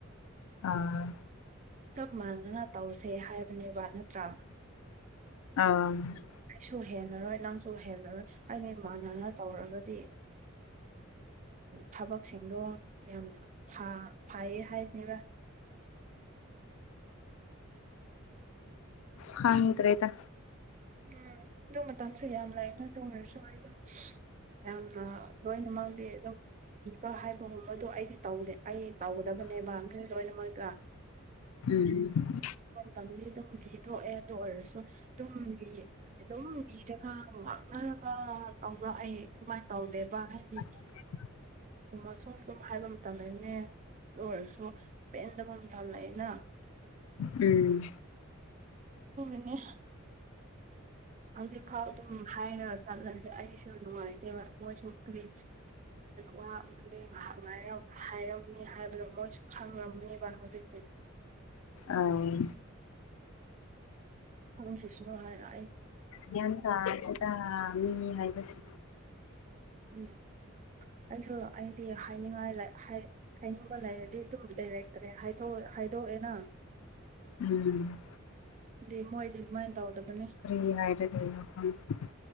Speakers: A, on the left (about 80°); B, on the right (about 35°).
A: ꯑꯥ
B: ꯆꯞ ꯃꯥꯟꯅꯅ ꯇꯧꯁꯦ ꯍꯥꯏꯕꯅꯦꯕ ꯅꯠꯇ꯭ꯔꯥ
A: ꯑ
B: ꯑꯩꯁꯨ ꯍꯦꯜꯂꯔꯣꯏ ꯅꯪꯁꯨ ꯍꯦꯜꯂꯔꯣꯏ ꯑꯩꯅ ꯏꯃꯥꯟꯅꯅ ꯇꯧꯔꯒꯗꯤ ꯊꯕꯛꯁꯤꯡꯗꯣ ꯌꯥꯝ ꯐꯥ ꯐꯩꯌꯦ ꯍꯥꯏꯕꯅꯦꯕ
A: ꯈꯪꯗ꯭ꯔꯦꯗ
B: ꯎꯝ ꯑꯗꯨ ꯃꯇꯝꯁꯨ ꯌꯥꯝ ꯂꯥꯛ ꯑꯗꯨ ꯑꯣꯏꯔꯥꯁꯨ ꯑꯩꯗꯣ ꯌꯥꯝꯅ ꯂꯣꯏꯅꯃꯛꯅꯤ ꯑꯗꯨꯝ ꯏꯕ ꯍꯥꯏꯕꯒꯨꯝꯕꯗꯣ ꯑꯩꯗꯤ ꯇꯧꯗꯦ ꯑꯩ ꯇꯧꯒꯗꯕꯅꯦꯕ ꯃꯤ ꯂꯣꯏꯅꯃꯛꯇ
A: ꯎꯝ
B: ꯇꯪꯅꯤ ꯑꯗꯨꯝ ꯂꯤꯊꯣꯛꯑꯦ ꯑꯗꯨ ꯑꯣꯏꯔꯁꯨ ꯑꯗꯨꯝ ꯂꯤ ꯑꯗꯨꯝ ꯂꯤꯔꯒ ꯉꯥꯛꯅꯔꯒ ꯇꯧꯕ꯭ꯔ ꯑꯩ ꯑꯗꯨꯃꯥꯏꯅ ꯇꯧꯗꯦꯕ ꯍꯥꯏꯗꯤ
A: ꯎꯝ <unintelligible>
B: ꯑꯗꯨ ꯑꯁꯨꯝ ꯑꯗꯨꯝ ꯍꯥꯏꯕ ꯃꯇꯝ ꯂꯩꯕꯅꯦ ꯑꯥꯗꯨ ꯑꫭꯏꯔꯁꯨ ꯄꯦꯟꯗꯕꯥ ꯃꯇꯝ ꯂꯩꯗꯅ
A: ꯎꯝ
B: ꯑꯗꯨꯃꯤꯅꯤ ꯍꯧꯖꯤꯛ ꯐꯥꯎ ꯑꯗꯨꯝ ꯍꯥꯏꯔꯒ ꯆꯠꯂꯁꯦ ꯑꯩꯁꯨ ꯅꯨꯡꯉꯥꯏꯇꯦꯕ ꯃꯣꯏꯁꯨ ꯀꯔꯤ ꯋꯥ ꯑꯃꯗꯤ ꯉꯥꯏꯍꯥꯛ ꯉꯥꯏ ꯍꯥꯏꯔꯝꯅꯤ ꯍꯥꯏꯕꯗꯣ ꯃꯣꯏꯁꯨ ꯈꯪꯉꯝꯃꯅꯦꯕ ꯍꯧꯖꯤꯛꯇꯤ
A: ꯑꯥꯝ
B: ꯈꯪꯗꯔꯤꯁꯤꯅꯨ ꯍꯥꯏꯔ
A: ꯒ꯭ꯌꯥꯟ ꯇꯥꯗ‌ꯦꯗ ꯃꯤ ꯍꯥꯏꯕꯁꯦ
B: ꯎꯝ ꯑꯩꯁꯨ ꯑꯩꯗꯤ ꯍꯥꯏꯅꯤꯡꯉꯥꯏ ꯂꯩ ꯍꯥꯏ ꯍꯥꯏꯅꯤꯡꯕ ꯂꯩꯔꯗꯤ ꯑꯗꯨꯝ ꯗꯥꯏꯔꯦꯛ ꯗꯥꯏꯔꯦꯛ ꯍꯥꯏꯗꯣꯛꯑꯦꯅ
A: ꯎꯝ
B: ꯗꯤ ꯃꯣꯏꯗꯤ ꯑꯗꯨꯃꯥꯏꯅ ꯇꯧꯗꯕꯅꯦ
A: ꯐꯔꯤ ꯍꯥꯏꯔ ꯑꯗꯨ <unintelligible>